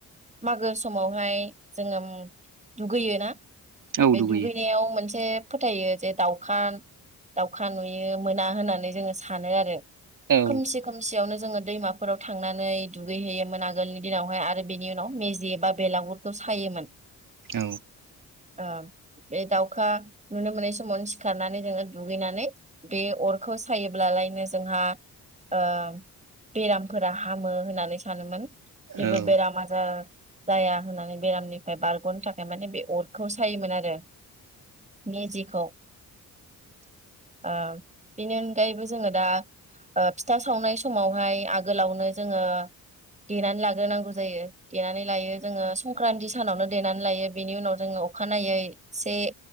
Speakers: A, on the right; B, on the right.
A: मागो समावहाय जोङो उम दुगैयोना?
B: औ
A: बे
B: दुगैयो
A: दुगैनायाव मोनसे फोथायो जे दाउखा दाउखा नुयो मोना होननानै जोङो सानो आरो।
B: औ
A: खोमसि खोमसियावनो जोङो दैमाफोराव थांनानै दुगैहैयोमोन आगोलनि दिनावहाय आरो बेनि उनाव मेजे एबा बेलागुरखौ सायोमोन।
B: औ।
A: ओ बे दाउखा नुनो मोननाय समावनो सिखारनानै जोङो दुगैनानै बे अरखौ सायोब्लालायनो जोंहा ओ बेरामफोरा हामो होननानै सानोमोन। जेबो
B: औ औ
A: बेराम आजार जाया होननानै बेरामनिफ्राय बारग'नो थाखाय माने बे अरखौ सायोमोन आरो। मेजिखौ। ओ बेनि अनगायैबो जोङो दा ओ फिथा सावनाय समावहाय आगोलावनो जोङो देनानै लाग्रोनांगौ जायो। देनानै लायो जोङो। संक्रान्ति सानावनो देनानै लायो बेनि उनाव जोङो अखानायै से